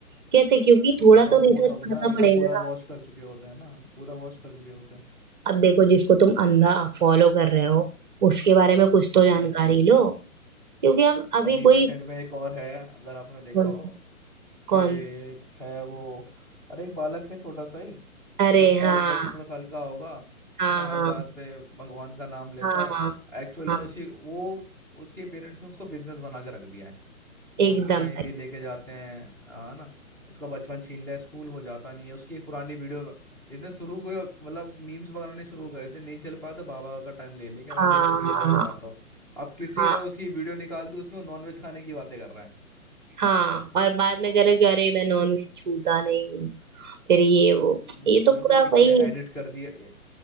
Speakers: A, on the right; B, in the centre.
A: कैसे क्योंकि थोड़ा
B: दिमाग
A: तो
B: हो
A: रिसर्च
B: तब
A: करना
B: ना ये
A: पड़ेगा
B: तो पूरा
A: ना
B: वॉश कर चुके होते हैं ना पूरा वॉश कर चुके होते हैं
A: अब देखो जिसको तुम अंधा फॉलो कर रहे हो उसके बारे में कुछ तो
B: वही
A: जानकारी लो क्योंकि हम अभी
B: अभी
A: कोई
B: रिसेंट में एक और है अगर आपने देखा
A: कौन
B: हो कि
A: कौन
B: एक है वो अरे एक बालक है छोटा सा ही
A: अरे
B: दस साल
A: हाँ
B: दस पंद्रह साल का होगा
A: हाँ
B: है ना
A: हाँ
B: हर बात पे भगवान का नाम लेता
A: हाँ
B: है
A: हाँ
B: एक्चुअल
A: हाँ,
B: में उसकी वो उसके पेरेंट्स ने उसको बिजनेस बना के रख दिया है और
A: एकदम
B: उसको कहीं
A: सही।
B: भी लेके जाते हैं है ना उसका बचपन छीन लिया स्कूल वो जाता नहीं है उसकी एक पुरानी वीडियो इसने शुरू को ही, मतलब मीम्स बनाने शुरू करे थे नहीं चल पाया तो बाबा का टर्न ले लेके मैं
A: हाँ हाँ
B: मीम्स वगैरह
A: हाँ
B: बनाता हूँ अब किसी
A: हाँ।
B: ने उसकी वीडियो निकाल दी उसमें नॉनवेज खाने की बातें कर रहा है
A: हाँ और बाद में करो कि अरे मैं नॉन वेज छूता नहीं हूँ फिर ये वो
B: हम्म
A: ये तो पूरा
B: वही तो किसी
A: वही
B: ने एडिट कर दिया ए-